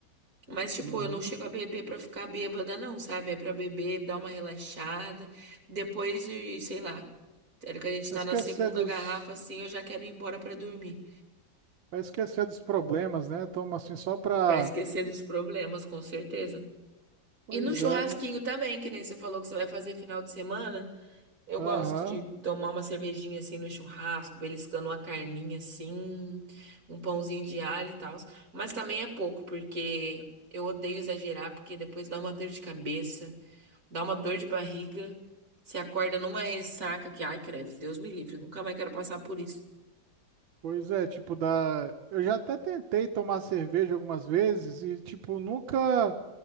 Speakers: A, on the right; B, on the right.
A: Mas, tipo,
B: Uhum.
A: eu não chego a beber pra ficar bêbada, não, sabe? É pra beber, dar uma relaxada. Depois de, sei lá, sério que a gente
B: Vai
A: tá
B: esquecer
A: na segunda
B: dos,
A: garrafa, assim, eu já quero ir embora pra dormir.
B: vai esquecer dos problemas, né? Toma assim só pra.
A: Pra esquecer dos problemas, com certeza.
B: Pois
A: E no churrasquinho
B: é,
A: também, que nem você falou que você vai fazer final de semana. Eu
B: Aham.
A: gosto de tomar uma cervejinha assim no churrasco, beliscando uma carninha assim, um pãozinho de alho e tal. Mas também é pouco, porque eu odeio exagerar, porque depois dá uma dor de cabeça. Dá uma dor de barriga. Se acorda numa ressaca que, ai, credo, Deus me livre, nunca mais quero passar por isso.
B: Pois é, tipo, da. Eu já até tentei tomar cerveja algumas vezes e, tipo, nunca.